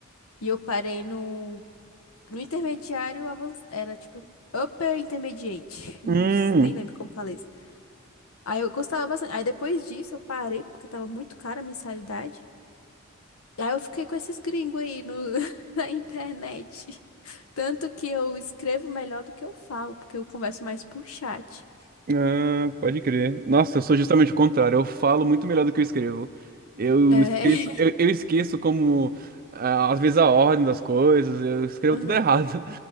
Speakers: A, on the left; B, on the right.
A: e eu parei no, no intermediário avançado, era tipo upper intermediate,
B: Hum,
A: <laughs> não, s- nem lembro como falei. Aí eu gostava bastante. Aí depois disso eu parei porque tava muito cara a mensalidade. E aí eu fiquei com esses gringos aí no, <laughs> na internet. Tanto que eu escrevo melhor do que eu falo, porque eu converso mais por chat.
B: ah, pode crer. Nossa, eu sou justamente o contrário. Eu falo muito melhor do que eu escrevo. Eu
A: É.
B: esqueço, eu, eu esqueço como, ah, às vezes, a ordem das coisas. Eu escrevo
A: <laughs> Aham.
B: tudo errado.